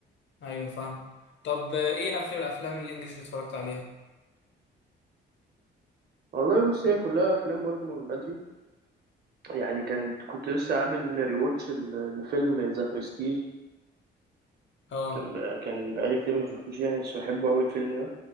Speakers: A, on the left; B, on the right.
A: ايوه فاهم طب ايه اخر الافلام الانجليش اللي اتفرجت عليها
B: والله بص هي كلها افلام برضو من بدري يعني كنت كنت لسه عامل ريواتش ال- لفيلم ذا برستيج
A: اه
B: كان بقى كان بقالي كتير ما شفتوش يعني بس بحبه قوي الفيلم ده